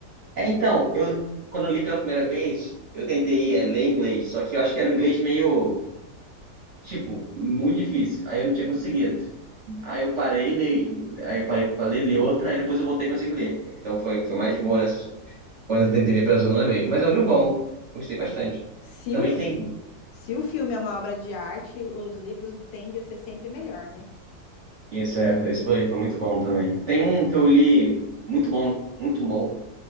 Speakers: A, on the right; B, on the left.
A: É, então, eu quando eu li pela primeira vez, eu tentei é, ler inglês, só que eu acho que era um inglês meio, tipo, muito difícil. Aí eu não tinha conseguido. Aí eu parei, li, aí eu parei pra ler, li outra, aí depois eu voltei e consegui ler. Então foi, foi mais boa nessa, quando eu tentei ler pela segunda vez. Mas é um livro bom, gostei
B: Ah.
A: bastante.
B: Se
A: Também
B: o
A: tem.
B: Se o filme é uma obra de arte, os livros tendem a ser sempre melhor, né?
A: Isso, é, esse foi, foi muito bom também. Tem um que eu li muito bom, muito bom.